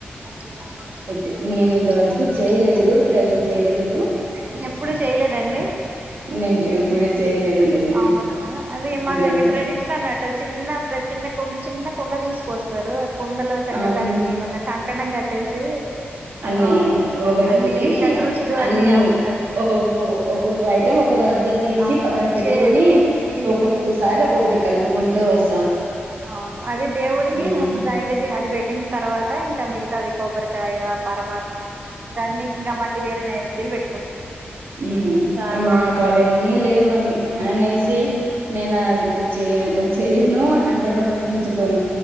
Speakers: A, on the right; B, on the right.
A: అరటి పండు ముొక్కలు
B: అయితే
A: <unintelligible>
B: నేను ఇంతవరకు చేయలేదు ట్రై చేయలేదు
A: ఎప్పుడు చేయలెదండి
B: నేను ఎప్పుడు చేయలేదండి అది
A: అవునా అదే మాగ
B: అసలకి
A: ఇంగ ట్రెడిషన్ అన్నటు చిన్న చిన్న కుండ చిన్న కుండ తీసుకొస్తారు ఆ కుండలో చక్క
B: అవును
A: దానికి ఒక కంకణం కట్టేసి
B: అన్ని
A: ఆ
B: ఒకటొకటి
A: అన్ని షడ్రుచులు
B: అన్ని
A: వేస్తారు
B: ఒకొ ఒక్కొక్క ఐటం ఒకదాంట్లో తీసి
A: ఆ
B: పక్కన పెట్టుకొని
A: చేదు తీపి
B: ఒక్కొక్కసారి ఒక్కొక్కటి కలుపుకుంటూ వస్త
A: అవును అది దేవుడికి
B: మ్మ్
A: ముందు నైవేద్య అది పెట్టిన తర్వాత ఇంకా మిగతాది కొబ్బరికాయ్ కాయ పరమాన్నం ఇగ అన్నీ ఇంకా మళ్ళీ వేరే నైవేద్యాలు పెట్టుకుంటాం
B: హ్మ్
A: ఇంకా ఆ రోజు
B: మాకవన్నీ లేవన్ అనేసి నేను అవి చేయ చేయను అంతగా పట్టించుకోను